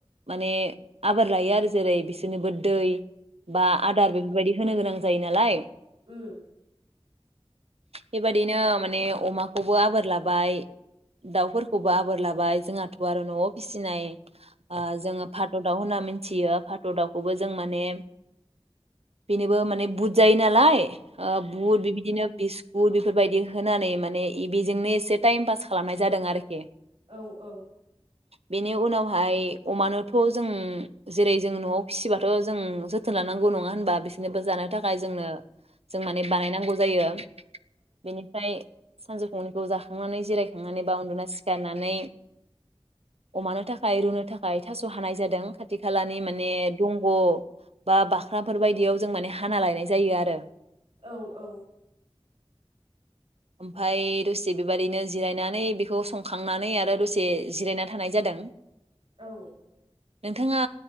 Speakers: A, on the right; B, on the right.
A: माने आबोर लायो आरो जेरै बिसोरनोबो दै बा आदार बेफोरबायदि होनो गोनां जायो नालाय।
B: ओम।
A: बेबायादिनो माने अमाखौबो आबोर लाबाय दाउफोरखौब बो आबोर लाबाय जोंहाथ' आरो न'आव फिसिनाय ओ जोङो फाद दाव होनना मिन थियो फाद दाउखौबो जों माने बेनोबो माने बुद जायो नालाय। ओ बुट बेबायदिनो बिस गुर बेफोरबायदि होनानै माने इबेजोंनो एसे टाइम पास खालामनाय जादों आरोखि।
B: औ औ।
A: बेनि उनावहाय अमानोथ' जों जेरै जों न'आव फिसिबाथ' जों जोथोन लानांगौ नङा होनबा बिसोरनोबो जानो थाखाय जोंनो जों माने बानायनांगौ जायो बेनिफ्राय सानजुफुनिखौ जाखांनानै जिरायखांनानै बा उन्दुना सिख खारनानै अमानो थाखाय रुनो थाखाय थास हानाय जादों। खाथि खालानि माने दंग बा बाख्राफोर बायदियाव जों माने हाना लायनाय जायो आरो।
B: औ औ।
A: ओमफाय दसे बेबादिनो जिरायनानै बेखौ संखांनानै आरो दसे जिरायना थानाय जादों।
B: औ।
A: नोंथाङा